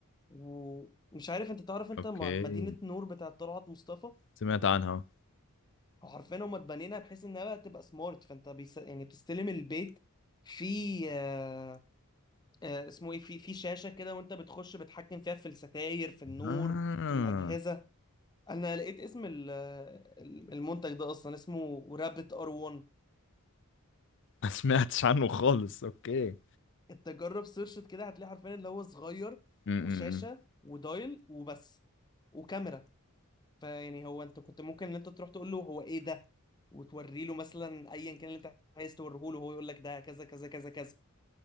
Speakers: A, on the left; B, on the left.
A: ومش عارف انت تعرف انت
B: اوكي
A: م- مدينة نور بتاعت طلعت مصطفى
B: سمعت عنها
A: حرفيا هما اتبنينها بحيث انها بقى تبقى سمارت فانت بيس يعني بتستلم البيت في آه، آه، اسمه ايه في في شاشه كده وانت بتخش بتحكم فيها في الستاير في النور
B: آه
A: في الاجهزه انا لقيت اسم ال- آه، المنتج ده اصلا اسمه رابت ار 1
B: ما سمعتش عنه خالص اوكي
A: انت جرب سيرشت كده هتلاقي حرفيا اللي هو صغير
B: م -م
A: وشاشه
B: -م.
A: ودايل وبس وكاميرا فيعني هو انت كنت ممكن ان انت تروح تقول له هو ايه ده وتوري له مثلا ايا كان اللي انت عايز توريه له هو يقول لك ده كذا كذا كذا كذا